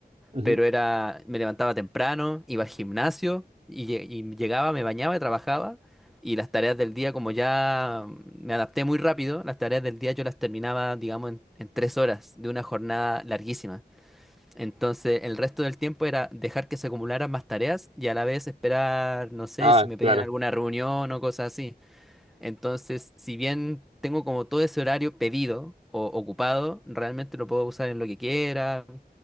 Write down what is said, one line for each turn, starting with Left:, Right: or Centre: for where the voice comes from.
Right: Ujú.
Centre: pero era, me levantaba temprano, iba al gimnasio y, lle- y llegaba, me bañaba, trabajaba y las tareas del día, como ya me adapté muy rápido, las tareas del día yo las terminaba, digamos, en, en tres horas de una jornada larguísima. Entonces, el resto del tiempo era dejar que se acumularan más tareas y a la vez esperar, no sé,
Right: Ah,
Centre: si me pedían
Right: claro.
Centre: alguna reunión o cosas así. Entonces, si bien tengo como todo ese horario pedido o ocupado, realmente lo puedo usar en lo que quiera.